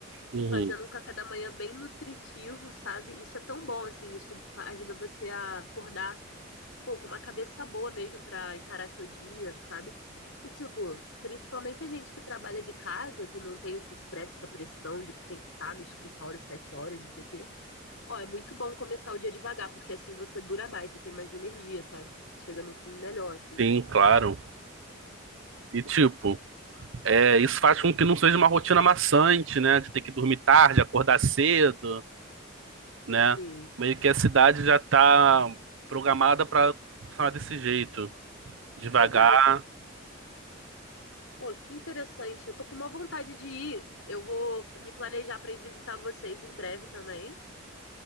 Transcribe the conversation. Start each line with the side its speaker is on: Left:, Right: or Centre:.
Right: Uhum.
Left: e fazendo um café da manhã bem nutritivo, sabe? Isso é tão bom assim, isso fa- ajuda você a acordar, pô, com uma cabeça boa mesmo pra encarar seu dia, sabe? E tipo, principalmente a gente que trabalha de casa, que não tem esse estresse, essa pressão de que tem que estar no escritório sete horas, não sei o quê. Ó, é muito bom começar o dia devagar, porque assim você dura mais, você tem mais energia, sabe? Chega no fim melhor, assim.
Right: Sim, claro. E tipo, é, isso faz com que não seja uma rotina maçante, né? De ter que dormir tarde, acordar cedo, né?
Left: Sim.
Right: Meio que a cidade já tá programada para funcionar desse jeito, devagar.
Left: Legal, isso é muito... Pô, que interessante. Eu tô com uma vontade de ir. Eu vou me planejar pra ir visitar vocês em breve também.